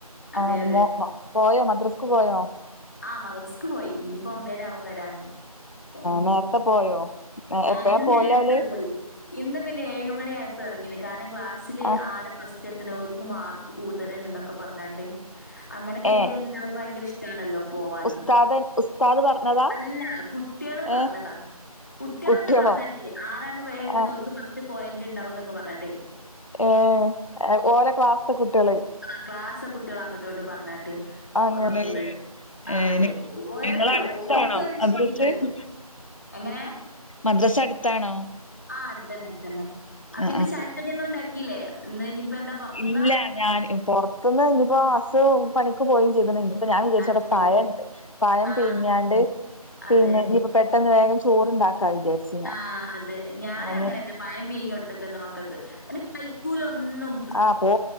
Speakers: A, on the left; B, on the left.
A: അതെ
B: ആഹ് ഇന്ന്
A: അതെ.
B: മോ പോയോ മദ്രാസ്ക്ക് പോയോ
A: ആഹ് മദ്രസ്ക് പോയി ഇനിയിപ്പോ ഒമ്പേരവും വരാന് അപ്പൊ
B: നേർത്തെ പോയോ? എപ്പഴാ
A: ആഹ് ഇന്ന്
B: പോവല്
A: നേര്ത്തെ
B: ഓല്
A: പോയി ഇന്ന് പിന്നെ ഏഴ് മണിയായപ്പോ ഇറങ്ങിന് കാരനംക്ലാസ്സില്
B: ആ
A: ആരഫസ് റ്റത്ത്ണെ ഓര്ക്ക് മാർക്ക് കൂട്തല്ണ്ട്ന്നൊക്കെ പറഞ്ഞേട്ട് അങ്ങനെക്കെ എന്തേരു
B: ഏ
A: ഭയങ്കര ഇഷ് ട്ടാണല്ലോ പോവാന്
B: ഉസ്താദൻ ഉസ്താദ് പറഞ്ഞതാ
A: അല്ല കുട്ടിയെള് പറഞ്ഞതാ.
B: ഏ
A: കുട്ടികളന്നെ
B: കുട്ടികളോ
A: പറഞ്ഞാട്ടെ ആരാണ് വേഗം എത്തുന്നവർക്ക്
B: ആ
A: പത്ത് പോയിന്റ് ഉണ്ടാവും എന്നൊക്കെ പറഞ്ഞണ്ട്
B: ഏഹ് ഓലെ ക്ലാസ്ത്തെ കുട്ടികള്
A: ആ ക്ലാസ് കുട്ടികൾ അങ്ങോട്ട് ഇങ്ങോട്ടും പറഞ്ഞാട്ട്
B: അങ്ങനെല്ലേ
A: പോയത് ആ
B: ഏഹ്
A: അതെ ഓരക്ക്
B: നിങ്ങളെ അടുത്താണോ
A: ഓലക്ക്
B: മദ്രസ്
A: <unintelligible> എങ്ങനെ
B: മദ്രസ അടുത്താണോ
A: ആഹ് അടുത്തണ്ടേ അടുത്തണ്ടേ ആ അടുത്തന്നെ അടുത്തന്നെ അപ്പൊ
B: ആഹ്
A: ഇന്ന്
B: ആഹ്
A: ചായക്കടിയൊന്നും ഉണ്ടാക്കില്ലേ ഇന്ന് ഇനിയിപ്പോ എന്താ പുറത്തുന്നാ
B: ഇല്ല ഞാൻ പൊറത്തുന്ന് ഇനിയിപ്പോ അസ്സ് പണിക്ക് പോയിം ചെയ്ത്ണ്ല്ലെ ഞാൻ വിചാരിച്ചവിടെ
A: അത് ശരി.
B: പഴംണ്ട് പായം
A: ആ
B: പീങ്ങിയാണ്ട്
A: അതെ.
B: പിന്നെ ഇഞ്ഞിപ്പ പെട്ടെന്ന് വേഗം ചോറ്ണ്ടാക്കാ വിചാരിച്ച് ഞാൻ
A: ആ അതെ ഞാന്
B: ഓന്
A: അങ്ങനെന്നെ പഴം പീങ്ങിയൊട്ത്ത്ക്ക്ണ് മക്കക്ക് <unintelligible> കൈക്കൂലൊന്നും.
B: ആ പോ